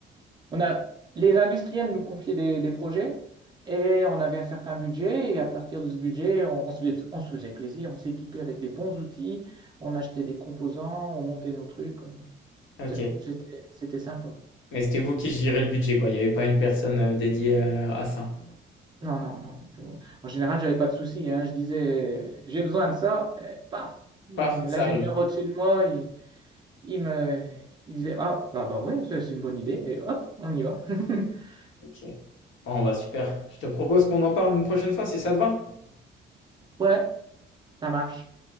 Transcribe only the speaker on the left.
Ok.
Mais c'était vous qui gérez le budget, quoi. Il n'y avait pas une personne, heu, dédiée, heu, à ça?
Paf, ça
arrive.
OK. Bon, bah, super. Je te propose qu'on en parle une prochaine fois si ça te va?